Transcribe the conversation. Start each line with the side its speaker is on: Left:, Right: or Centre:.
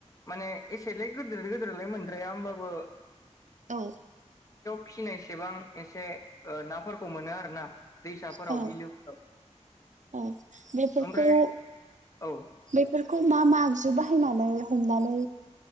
Left: माने एसेलाय गोदोर गोदोरलाय मोनद्राया ओमबाबो
Right: औ
Left: फिसिनाय‌ सेबां एसे नाफोरखौ मोनो आरो ना। दैसाफोराव
Right: औ
Left: बिलोफोराव
Right: औ बेफोरखौ
Left: ओमफ्राय
Right: बे
Left: औ ओ
Right: बेफोरखौ मा-मा आगजु बाहायनानै हमनानै